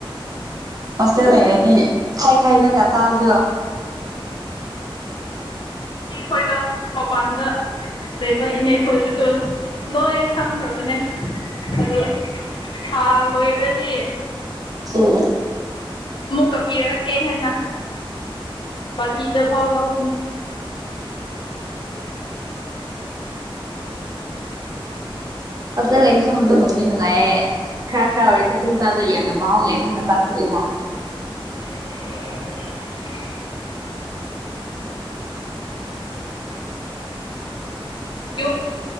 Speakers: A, on the right (about 40°); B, on the left (about 55°).
A: ꯍꯣꯁꯇꯦꯜ ꯂꯩꯔꯗꯤ ꯈꯥꯏ ꯈꯥꯏꯅꯒ ꯆꯥꯕꯗꯣ
B: ꯎꯝ ꯏꯅꯦ ꯈꯣꯏꯗꯣ ꯃꯄꯥꯟꯗ ꯂꯩꯕ ꯏꯅꯦ ꯈꯣꯏꯗꯨꯁꯨ ꯂꯣꯏ ꯈꯪꯈ꯭ꯔꯕꯅꯦ ꯑꯗ ꯍꯥꯥ ꯂꯣꯏꯔꯗꯤ
A: ꯎ
B: ꯑꯃꯨꯛ ꯀꯛꯄꯤꯔꯛꯀꯦ ꯍꯥꯏꯅ ꯕꯥꯀꯤꯗ ꯐꯥꯎ ꯂꯧꯕꯅꯦ <unintelligible>
A: ꯐꯖꯅ ꯂꯩ ꯁꯗꯨꯒꯨꯝꯗꯤ ꯅꯨꯡꯉꯥꯏꯌꯦꯦ ꯈꯔ ꯈꯔ ꯑꯣꯏꯔꯁꯨ ꯑꯗꯨꯝ ꯆꯥꯗꯣꯏ ꯌꯥꯝ ꯃꯍꯥꯎ ꯂꯩꯕꯨꯅ ꯆꯥꯛꯂꯗ
B: <unintelligible> ꯌꯨꯝ